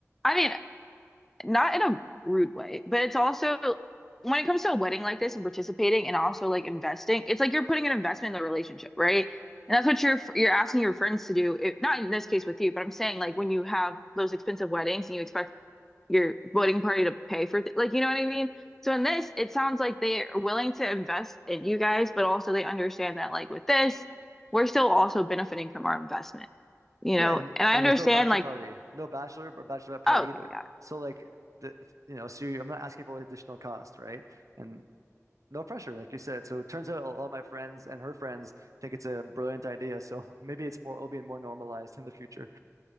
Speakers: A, in the centre; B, on the right.
A: I mean, not in a rude way, but it's also when it comes to a wedding like this and participating and also like investing, it's like you're putting an investment in the relationship, right? And that's what you're you're asking your friends to do. It, not in this case with you, but I'm saying like when you have those expensive weddings and you expect your voting party to pay for th like you know what I mean? So in this, it sounds like they are willing to invest in you guys, but also they understand that like with this, we're still also benefiting from our investment, you
B: Yeah,
A: know?
B: and
A: And I
B: and
A: understand
B: there's no bachelor
A: like,
B: party, no bachelor or bachelorette party
A: oh, okay,
B: either.
A: yeah.
B: So like the you know, so you, I'm not asking for additional cost, right? And no pressure, like you said. So it turns out a lot of my friends and her friends think it's a brilliant idea. So <laughs> maybe it's more, it'll be more normalized in the future.